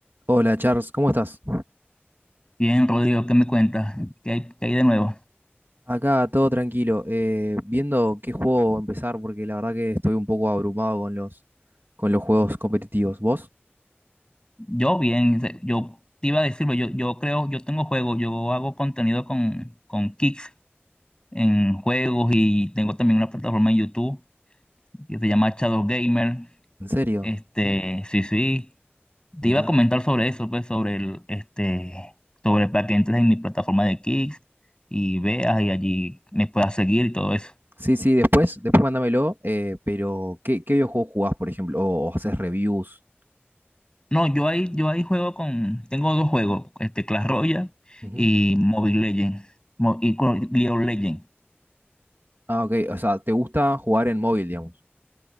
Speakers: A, on the right (about 55°); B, on the left (about 20°).
A: Hola Charles, ¿cómo estás?
B: Bien, Rodrigo, ¿qué me cuentas? ¿Qué hay, qué hay de nuevo?
A: Acá todo tranquilo, eh, viendo qué juego empezar porque la verdad que estoy un poco abrumado con los, con los juegos competitivos. ¿Vos?
B: Yo bien, se- yo te iba a decir, pero yo, yo creo, yo tengo juegos, yo hago contenido con, con Kicks en juegos y tengo también una plataforma en YouTube que se llama Shadow Gamer.
A: ¿En serio?
B: Este, sí, sí, te
A: Mirá.
B: iba a comentar sobre eso, pues, sobre el, este, sobre para que entres en mi plataforma de Kicks y veas y allí me puedas seguir y todo eso.
A: Sí, sí, después, después mándamelo, eh, pero ¿qué, qué videojuego jugás, por ejemplo? ¿O, o haces reviews?
B: No, yo ahí, yo ahí juego con, tengo dos juegos, este Clash Royale
A: Ujú.
B: y Mobile Legends, mo- y con League of Legends.
A: Ah, ok, o sea, ¿te gusta jugar en móvil, digamos?